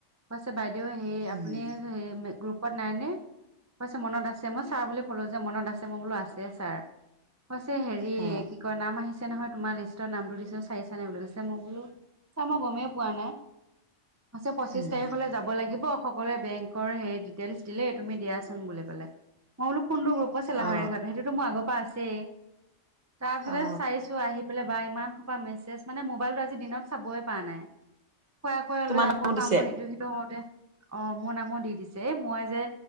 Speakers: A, on the right (about 20°); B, on the right (about 40°).
A: কৈছে বাইদেউ সেই আপুনি
B: উম
A: সেই গ্ৰুপ গ্ৰুপত নাই নে কৈছে মনত আছে মই ছাৰ বুলি ক'লো যে মনত আছে মই বোলো আছে ছাৰ কৈছে হেৰি
B: অ
A: কি কয় নাম আহিছে নহয় তোমাৰ লিষ্টৰ নামটো দিছে চাইচানে বুলি কৈছে মই বোলো ছাৰ মই গমেই পোৱা নাই, কৈছে পঁচিশ
B: উম
A: তাৰিখলে যাব লাগিব। সকলোৱে বেংকৰ হেৰি ডিটেইলচ দিলে, ই তুমি দিয়াচোন বুলি কলে মই বোলো কোনটো গ্ৰুপ কৈছে লাহৰি
B: অ
A: ঘাট সেইটোতো মোৰ আগৰ পৰা আছেই। তাৰ পিছতে
B: অ
A: চাইছো আহি পেলাই বা ইমান সোপা মেছেজ, মানে মোবাইলটো আজি দিনত চাবই পৰা নাই, শুৱাই কোৱাই
B: তোমাৰ
A: লৈ
B: নামো দিছে
A: কাম বন ইটো-সিটো কৰোতে অ মোৰ নামো দি দিছে মই যে